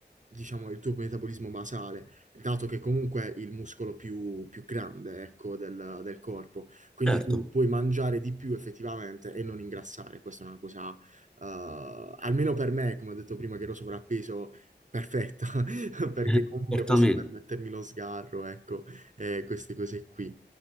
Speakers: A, on the right; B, in the centre.
A: diciamo, il tuo metabolismo basale, dato che comunque è il muscolo più, più grande, ecco, del, del corpo. Quindi
B: certo,
A: tu puoi mangiare di più effettivamente e non ingrassare. Questa è una cosa, eh, almeno per me, come ho detto prima, che ero sovrappeso, perfetta, <laughs> perché
B: <laughs>
A: comunque
B: certamente.
A: posso permettermi lo sgarro, ecco, e queste cose qui.